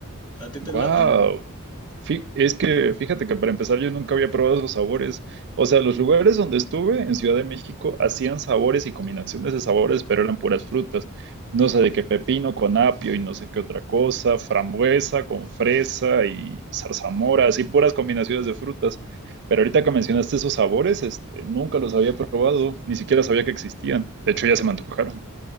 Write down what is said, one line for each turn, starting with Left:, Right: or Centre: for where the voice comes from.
Left: ¿A ti te
Right: wow.
Left: laten?
Right: Fí- Es que fíjate que para empezar yo nunca había probado esos sabores. O sea, los lugares donde estuve en Ciudad de México hacían sabores y combinaciones de sabores, pero eran puras frutas. No sé de qué pepino con apio y no sé qué otra cosa, frambuesa con fresa y zarzamora, así puras combinaciones de frutas. Pero ahorita que mencionaste esos sabores, este, nunca los había probado, ni siquiera sabía que existían. De hecho, ya se me antojaron.